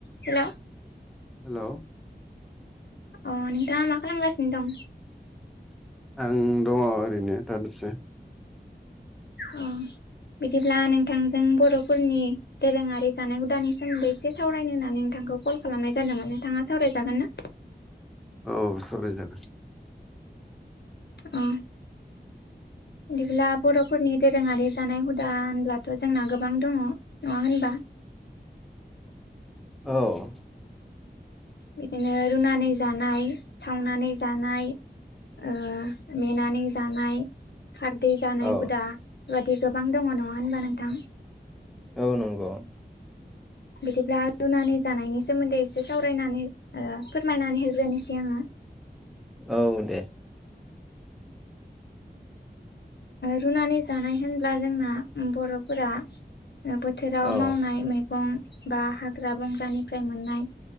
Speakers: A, on the left; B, in the centre.
A: Hello
B: hello
A: अ नोंथाङा मा खालामगासिनो दं
B: आं दङ ओरैनो दादसे
A: अ बिदिब्ला नोंथांजों बर'फोरनि दोरोङारि जानाय हुदानि सोमोन्दै एसे सावरायनो होन्नानै नोंथांखौ कल खालामनाय जादोंमोन नोंथाङा सावरायजागोन ना
B: औ सावराय जागोन
A: अ बिदिब्ला बर'फोरनि दोरोङारि जानाय हुदा होनब्लाथ' जोंना गोबां दङ नङा होनबा
B: औ
A: बिदिनो रुनानै जानाय सावनानै जानाय ओ मेनानै जानाय खारदै जानाय
B: औ
A: हुदा बे बादि गोबां दङ नङा होनबा नोंथां
B: औ नंगौ
A: बिदिब्ला रुनानै जानायनि सोमोन्दै एसे सावरायनानै ओ फोरमायनानै हग्रोनोसै आङो
B: औ दे
A: रुनानै जानाय होनब्ला जोंना बर'फोरा बोथोराव
B: औ
A: मावनाय मैगं बा हाग्रा बंग्रानिफ्राय मोननाय